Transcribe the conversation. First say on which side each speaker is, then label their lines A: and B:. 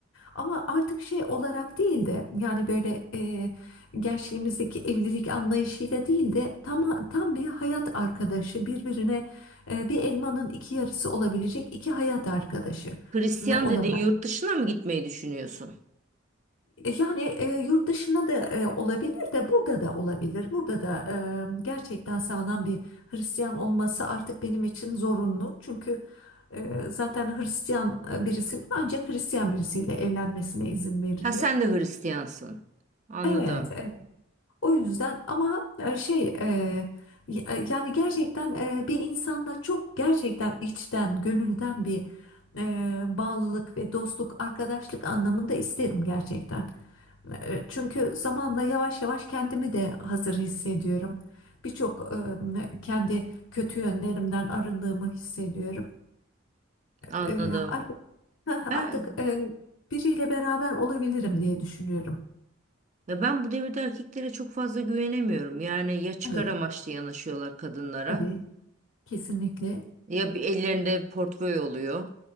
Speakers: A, on the left (about 80°); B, on the right (about 35°).
A: Ama artık şey olarak değil de yani böyle e, gençliğimizdeki evlilik anlayışıyla değil de tam, tam bir hayat arkadaşı birbirine e, bir elmanın iki yarısı olabilecek iki hayat arkadaşı
B: Hristiyan
A: olarak.
B: dedin yurt dışına mı gitmeyi düşünüyorsun?
A: Yani e, yurt dışına da e, olabilir de burada da olabilir. Burada da e, gerçekten sağlam bir Hristiyan olması artık benim için zorunlu. Çünkü e, zaten Hristiyan e, birisinin ancak Hristiyan birisiyle evlenmesine izin veriliyor.
B: Ha sen de Hristiyansın. Anladım.
A: Evet, evet. O yüzden ama e, şey e, y- e, yani gerçekten e, bir insanda çok gerçekten içten, gönülden bir e, bağlılık ve dostluk, arkadaşlık anlamında isterim gerçekten. E, Çünkü zamanla yavaş yavaş kendimi de hazır hissediyorum. Birçok e, kendi kötü yönlerimden arındığımı hissediyorum.
B: Anladım.
A: E, Artık, <laughs>
B: Ben
A: artık e, biriyle beraber olabilirim diye düşünüyorum.
B: ya ben bu devirde erkeklere çok fazla güvenemiyorum. Yani ya çıkar
A: Evet,
B: amaçlı yanaşıyorlar kadınlara
A: tabii. Kesinlikle.
B: ya bir ellerinde portföy oluyor.